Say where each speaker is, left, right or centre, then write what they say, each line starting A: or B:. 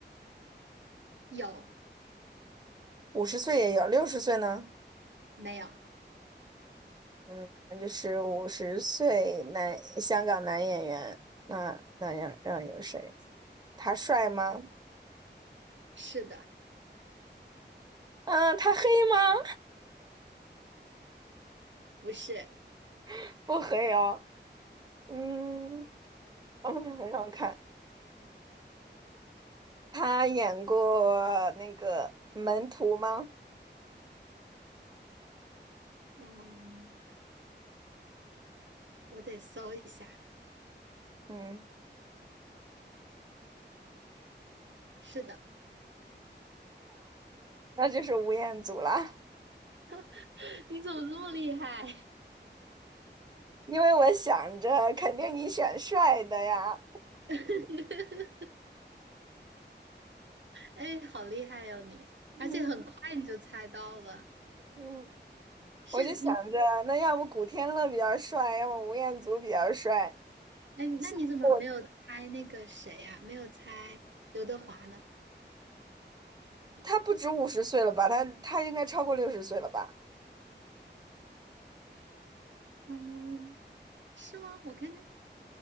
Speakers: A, on the right; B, on the right.
A: 有，
B: 五十岁也有，六十岁呢？
A: 没有？
B: 嗯，那就是五十岁男香港男演员。那那样让有谁？他帅吗？
A: 是的。
B: 嗯，他黑吗？
A: 不是，
B: <laughs> 不黑哦。嗯，嗯，让我看，他演过那个门徒吗？
A: 嗯，我得搜一下。
B: 嗯，
A: 是的，
B: 那就是吴彦祖啦。
A: <laughs> 你怎么这么厉害？
B: 因为我想着肯定你选帅的呀，
A: <laughs> 哎，好厉害哟、你，
B: 嗯
A: 而且很快你就猜到了。
B: 嗯，
A: 是你，
B: 我就想着那要不古天乐比较帅，要么吴彦祖比较帅。
A: 哎，那你怎么没有猜那个谁呀、
B: 我
A: 没有猜刘德华呢？
B: 他不止五十岁了吧？他他应该超过六十岁了吧？
A: 嗯，是吗？我看看。